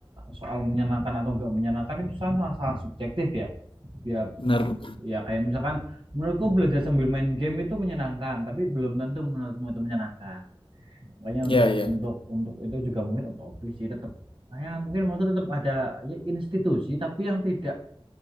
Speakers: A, on the right; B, on the left.
A: soal menyenangkan atau nggak menyenangkan itu sangat sangat subjektif ya ya
B: benar
A: ya kayak misalkan menurutku belajar sambil main game itu menyenangkan tapi belum tentu menurutmu itu menyenangkan makanya
B: Iya,
A: untuk
B: iya.
A: untuk untuk itu juga mungkin utopis sih tetap ya mungkin menurutku tetap ada ya, institusi tapi yang tidak